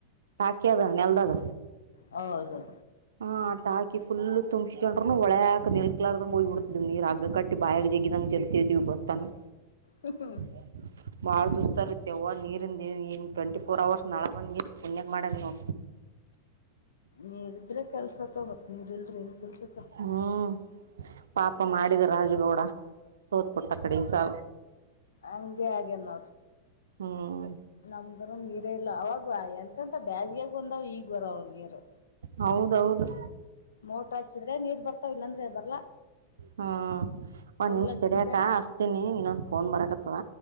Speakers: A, on the right; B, on the left.
A: ಸಾಾಕಿ ಅದ ನೆಲ್ದಾಗ
B: ಹೌದದುೌ
A: ಹಾ ಟ ಹಾಕಿ ಫುಲ್ ತುಂಬ್ಸ್ಕೊಂಡ್ರುನು ಒಳಕ್ ನೆಲ್ ಕಲರ್ದಗೆ ಹಯ್ ಬಿಡ್ಿದೀ್ ನೀರ್ ಹಗ ಕಟ್ಟಿ ಬಿ ಬಾಯಾಗ ಜಗಿದ್ದಿದಂಗ ಜಗದತಿೀವಿ ಬತ್ತತಾನ
B: ಹಾ
A: ಹ ಬಾಳ ದುಸ್ತ ಇರುತ್ತೆ ನೀರಿಂದ ಟ್ವೆಂಟಿ ಫೋರ್ ಅವರ್ಸ್ ನಳ ಬಂದ ಪುಣ್ಯ ಮಾಡ್ ನವು
B: ನೀರಿದ್ರೆ ಕೆಲ್ಸತ್ತ ಮತ್ ನೀರ್ಲ್ರಿ ಏನ್ ಕೆಲ್ಸತ್ತ
A: ಹ್ಮ್ ಪಾಪ ಮಾಡಿದ ರಾಜಗೌಡ ಸೋತ್ ಪುಟ್ಟ ಕಡೆ ಸಲ್
B: ಅಂಗಗೆ ಆಗೆ ನ
A: ಹ್ಮ್
B: ನಮ್ಗರ ನೀರೇ ಇಲ್ಲ ಅವಾಗ ಎಂತಂತ ಬೇಸ್ಗೆಾಗ ಬಂದವ ಈಗ್ ಬರವಳ ನೀರು
A: ಹೌದೌದು
B: ಮೋಟ್ರ ಹಚ್ಚಿದ್ರೆ ನೀರ್ ಬರ್ತಾವ ಇಲ್ಲಾಂದ್ರೆ ಬರ್ಲಾ
A: ಹ್ಮ್ ಒಂದ್
B: ಎಲ್ಲ
A: ನಿಮಿಷ್ ತಿಡಿಯಕ
B: ತುಂಬ್ಕೊಂಡ್
A: ಹಸ್ತೀನಿ ಇನ್ನೊಂದು ಫೋನ್ ಬರಕತ್ತದ